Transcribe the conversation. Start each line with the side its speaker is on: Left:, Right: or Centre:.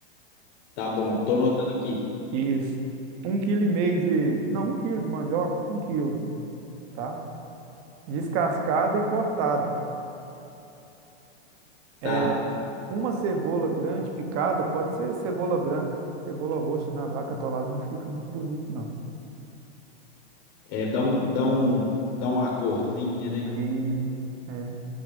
Left: tá bom, tô anotando aqui.
Right: Isso. Um quilo e meio de. Não, um quilo de mandioca, um quilo, tá? Descascada e cortada. É,
Left: Tá,
Right: Uma cebola grande picada, pode ser cebola branca. Cebola roxa na vaca atolada não fica muito bonito, não.
Left: é, dá um, dá um, dá uma corzinha, né?
Right: Aí, é.